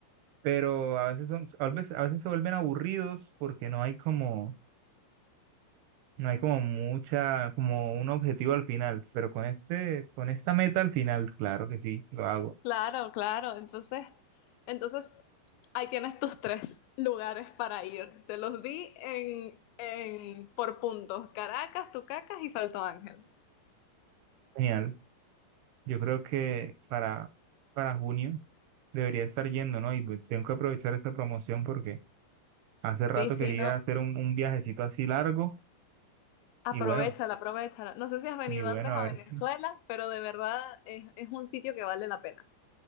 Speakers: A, on the right; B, on the left.
A: pero a veces son, a veces, a veces se vuelven aburridos porque no hay como, no hay como mucha, como un objetivo al final, pero con este, con esta meta al final, claro que sí, lo hago.
B: Claro, claro. Entonces, entonces ahí tienes tus tres lugares para ir. Te los di en, en- por puntos, Caracas, Tucacas y Salto Ángel.
A: Genial. Yo creo que para, para junio debería estar yendo, ¿no? Y pues tengo que aprovechar esa promoción porque hace rato
B: Sí, sí,
A: quería
B: no.
A: hacer un, un viajecito así largo
B: Aprovechala,
A: y bueno,
B: aprovechala. No sé si has venido
A: y bueno,
B: antes
A: a
B: a
A: ver
B: Venezuela,
A: si.
B: pero de verdad es, es un sitio que vale la pena.